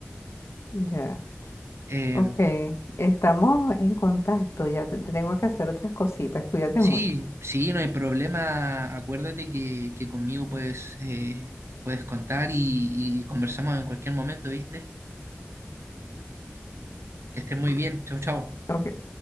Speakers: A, on the left; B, on the right.
A: Ya,
B: Eh,
A: ok. Estamos en contacto, ya te- tengo que hacer otras cositas, cuídate
B: Sí,
A: mucho.
B: sí, no hay problema. Acuérdate que, que conmigo puedes, eh, puedes contar y, y conversamos en cualquier momento, ¿viste? Que estés muy bien. Chau, chau.
A: Ok.